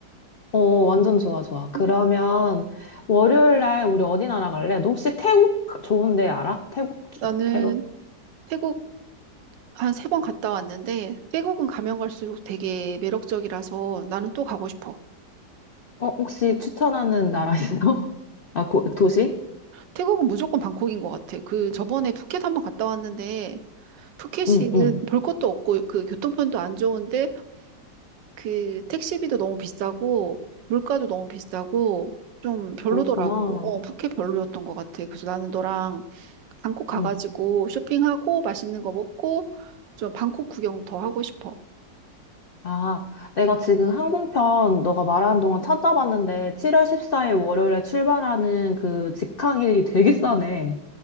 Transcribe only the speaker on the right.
어,
나는
태국 한 세 번 갔다 왔는데 태국은 가면 갈수록 되게 매력적이라서 나는 또 가고 싶어.
태국은 무조건 방콕인 것 같아. 그 저번에 푸켓 한번 갔다 왔는데 푸켓이
볼 것도 없고 그 교통편도 안 좋은데 그 택시비도 너무 비싸고 물가도 너무 비싸고 좀 별로더라고.
어, 푸켓 별로였던 것 같아. 그래서 나는 너랑 방콕 가가지고
쇼핑하고 맛있는 거 먹고 좀 방콕 구경 더 하고 싶어.